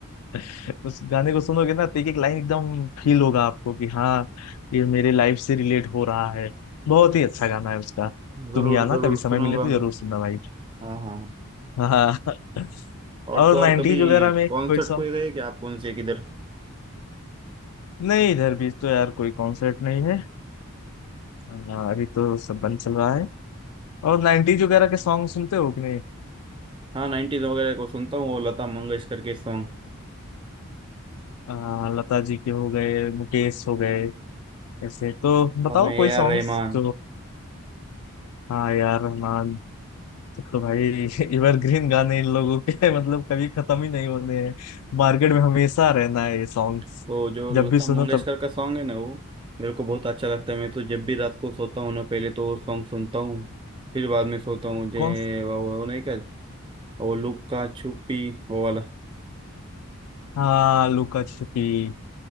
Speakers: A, on the left; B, on the right.
A: <laughs> उस गाने को सुनोगे ना तो एक एक लाइन एकदम फील होगा आपको कि हाँ ये मेरे लाइफ से रिलेट हो रहा है बहुत ही अच्छा गाना है उसका तुम
B: जरूर
A: ही आना
B: जरूर
A: कभी समय
B: सुनूंगा
A: मिले तो जरूर
B: मैं
A: सुनना भाई
B: हाँ हाँ
A: हाँ
B: और
A: और
B: तो और
A: नाइनटीज
B: कभी
A: वगैरह में
B: कॉन्सर्ट
A: कोई सॉन्ग
B: को गए क्या आप कौन से किधर
A: नहीं इधर भी तो यार कोई कॉन्सर्ट नहीं है हाँ, अभी तो सब बंद चल रहा है और नाइनटीज वगैरह के सॉन्ग सुनते हो कि
B: हाँ नाइन्टीज वगैरह को सुनता हूँ वो लता मंगेशकर के सॉन्ग
A: आ, लता जी के हो गए मुकेश हो गए ऐसे तो
B: बाद
A: बताओ
B: में ए
A: कोई सॉन्ग्स
B: आर रहमान
A: जो हाँ यार रहमान ये तो भाई <laughs> एवरग्रीन गाने इन लोगों के <laughs> मतलब कभी खत्म ही नहीं होने हैं मार्केट में हमेशा रहना है ये सॉन्ग्स
B: तो जो
A: जब
B: लता
A: भी सुनो
B: मंगेशकर
A: तब
B: का सॉन्ग है ना वो मेरे को बहुत अच्छा लगता है मैं तो जब भी रात को सोता हूँ ना पहले तो वो सॉन्ग सुनता हूँ फिर बाद में सोता हूँ जे
A: कौन
B: वो वो नहीं क्या वो लुक्का छुपी वो वाला
A: हाँ लुका छुपी